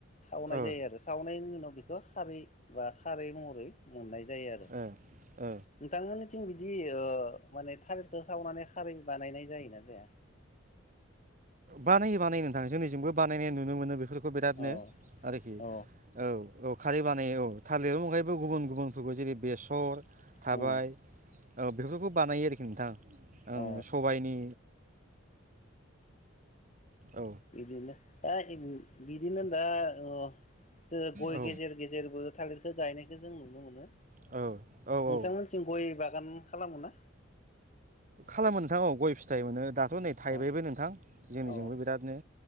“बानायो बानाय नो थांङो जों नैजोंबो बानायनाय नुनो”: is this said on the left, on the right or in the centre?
Right